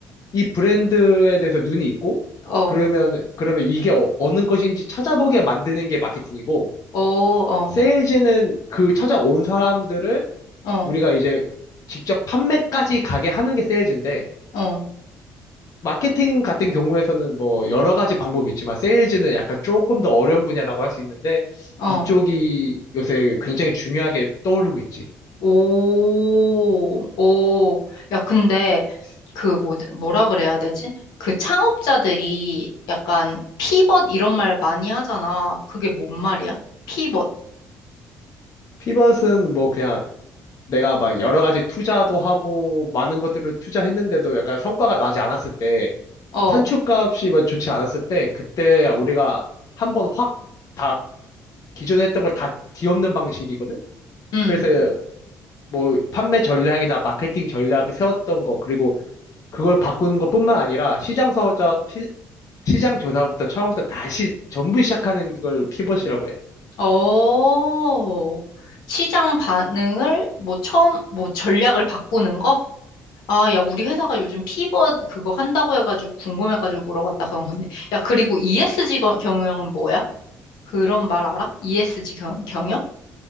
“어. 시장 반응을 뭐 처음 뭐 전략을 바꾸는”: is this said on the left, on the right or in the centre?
Left